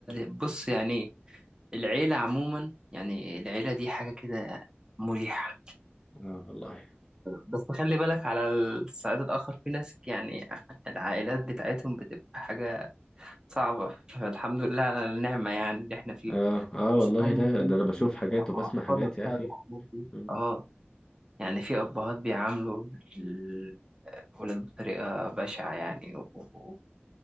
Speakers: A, on the right; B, on the left.
A: بص يعني العيلة عموما يعني العيلة دي حاجة كده مريحة
B: <laughs> والله
A: بس خلي بالك على الصعيد الآخر في ناس يعني العائلات بتاعتهم بتبقى حاجة صعبة فالحمد لله على النعمة يعني اللي احنا فيها
B: اه اه
A: بس
B: والله
A: فعلا
B: ده
A: في
B: ده
A: ناس
B: انا بشوف
A: بتبقى
B: حاجات
A: معقدة
B: وبسمع حاجات يا
A: بسبب
B: اخي
A: الحاجات دي
B: مم.
A: اه يعني في أبهات بيعاملوا الولاد بطريقة بشعة يعني و... و-